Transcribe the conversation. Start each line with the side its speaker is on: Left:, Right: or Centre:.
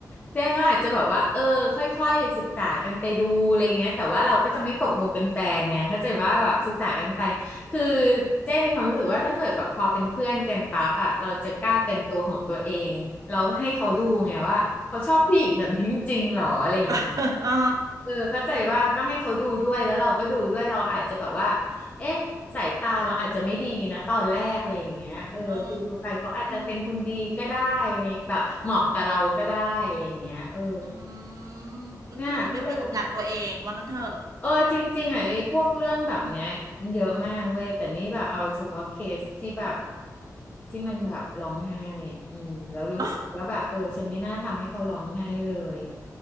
Left: เจ้ก็อาจจะแบบว่า เออค่อยๆศึกษากันไปดูอะไรเงี้ยแต่ว่าเราก็จะไม่ตกลงเป็นแฟนเนี่ยเข้าใจว่าแบบศึกษากันไปคือเจ้มีความรู้สึกว่าถ้าเกิดแบบพอเป็นเพื่อนกันปั๊บอะเราจะกล้าเป็นตัวของตัวเองเราก็ให้เขาดูไงว่าเขาชอบผู้หญิงแบบนี้จริงๆหรออะไรอย่างเงี้ย
Right: <laughs> อ๋อ
Left: เออเข้าใจว่าก็ให้เขาดูด้วยแล้วเราก็ดูด้วยเราอาจจะแบบว่าเอ๊ะสายตาเราอาจจะไม่ดีนะตอนแรกอะไรอย่างเงี้ยเออดูดูไปเขาอาจจะเป็นคนดีก็ได้อะไรแบบเหมาะกับเราก็ได้อะไรอย่างเงี้ยเออ
Right: อืมอืมก็คือจะไม่ปิดโอกาสตัวเองว่างั้นเถอะ
Left: เนี่ยก็เลยแบบเออจริงๆอ่ะไอ้พวกเรื่องแบบเนี้ยเยอะมากเว้ยแต่นี่แบบเอาเฉพาะเคสที่แบบที่มันแบบร้องไห้อ่ะอืมแล้วรู้สึกว่าแบบเออฉันไม่น่าทำให้เขาร้องไห้เลย
Right: <laughs>